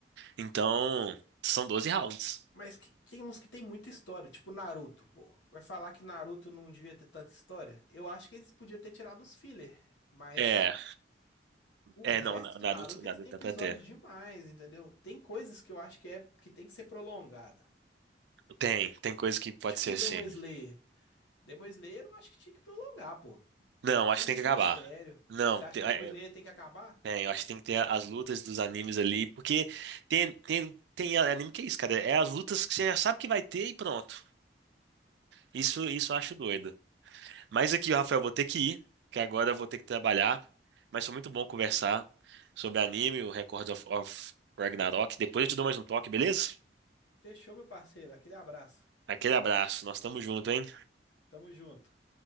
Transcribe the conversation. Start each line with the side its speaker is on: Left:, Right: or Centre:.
Right: Então, são 12 rounds.
Left: Mas que- tem uns que tem muita história, tipo Naruto, pô. Vai falar que Naruto não devia ter tanta história? Eu acho que eles podiam ter tirado os filler, mas
Right: É,
Left: o
Right: é,
Left: resto
Right: não, na- Naruto,
Left: do Naruto
Right: Naruto
Left: eles têm
Right: dá
Left: episódio
Right: pra ter.
Left: demais, entendeu? Tem coisas que eu acho que é que tem que ser prolongada.
Right: Tem, tem coisa que pode
Left: Tipo
Right: ser
Left: o
Right: assim.
Left: Demon Slayer. Demon Slayer eu acho que tinha que prolongar, pô.
Right: Não, acho
Left: Tem
Right: que
Left: muito
Right: tem que acabar.
Left: mistério.
Right: Não,
Left: Você acha
Right: tem,
Left: que
Right: é,
Left: Demon Slayer tem que acabar?
Right: é, eu acho que tem que ter as lutas dos animes ali, porque tem, tem, tem anime que é isso, cara. É as lutas que você já sabe que vai ter e pronto. Isso, isso eu acho doido. Mas aqui, Rafael, vou ter que ir, porque agora eu vou ter que trabalhar. Mas foi muito bom conversar sobre anime, o Record of, of Ragnarok. Depois eu te dou mais um toque, beleza?
Left: Fechou, meu parceiro. Aquele abraço.
Right: Aquele abraço, nós estamos juntos, hein?
Left: Tamo junto.